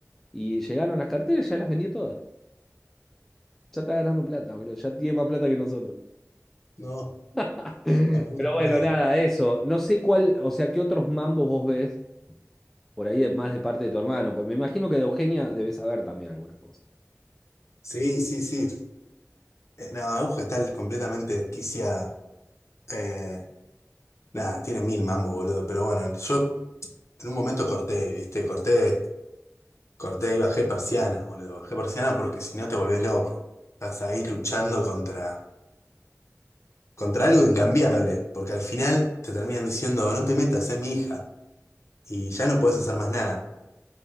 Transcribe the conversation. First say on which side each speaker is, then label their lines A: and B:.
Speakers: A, in the centre; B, on the left.
A: y llegaron las carteras, ya las vendió todas. Ya está ganando plata, boludo, ya tiene más plata que nosotros.
B: No,
A: <laughs> Pero
B: la puta
A: bueno,
B: madre.
A: nada, eso. No sé cuál, o sea, qué otros mambos vos ves por ahí de- más de parte de tu hermano. Pues me imagino que de Eugenia debes saber también algunas cosas.
B: Sí, sí, sí. Eh, No, Aguja está el- completamente quiciada. Eh, nada, tiene mil mambo, boludo. Pero bueno, yo en un momento corté, ¿viste? Corté. Corté y bajé persiana, boludo. Bajé persiana porque si no te volvés loco. Estás ahí luchando contra, contra algo incambiable. Porque al final te terminan diciendo, no te metas, es mi hija. Y ya no podés hacer más nada.